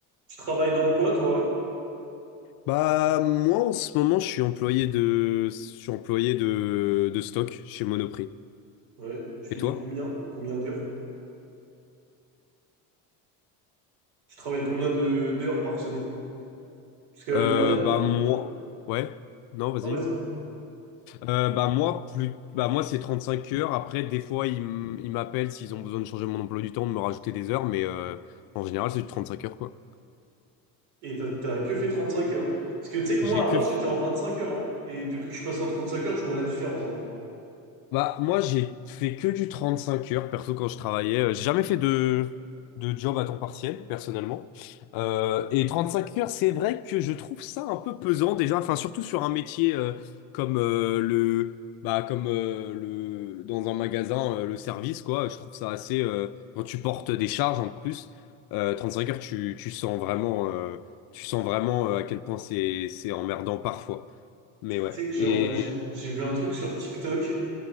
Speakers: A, on the right (about 80°); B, on the left (about 60°).
A: Tu travailles dans quoi, toi?
B: Bah moi en ce moment je suis employé de je suis employé de, de stock chez Monoprix.
A: Ouais. Tu fais
B: Et toi?
A: du combien? Combien d'heures? Tu travailles combien de d'heures par semaine? Parce que
B: Euh,
A: moi.
B: bah moi
A: Ah,
B: ouais non vas-y.
A: non, vas-y.
B: Euh, bah moi plus bah moi c'est 35 heures. Après des fois ils m- ils m'appellent s'ils ont besoin de changer mon emploi du temps de me rajouter des heures mais euh, en général c'est du cinq heures quoi.
A: Et t'as t'as que fait 35 heures. Parce que tu sais que
B: J'ai
A: moi, avant,
B: que
A: j'étais en 25 heures. hein. Et depuis que je passe en 35 heures, je vois la différence. hein.
B: Bah, moi, j'ai fait que du 35 heures, perso, quand je travaillais. Euh, J'ai jamais fait de, de job à temps partiel, personnellement. Euh, et cinq heures, c'est vrai que je trouve ça un peu pesant, déjà. Enfin, surtout sur un métier euh, comme euh, le... Bah, comme euh, le... Dans un magasin, euh, le service, quoi. Je trouve ça assez... euh, quand tu portes des charges, en plus, euh, cinq heures, tu, tu sens vraiment... euh, tu sens vraiment euh, à quel point c'est, c'est emmerdant parfois. Mais
A: Tu tu
B: ouais.
A: sais que genre,
B: Et...
A: j'ai j'ai vu un truc sur TikTok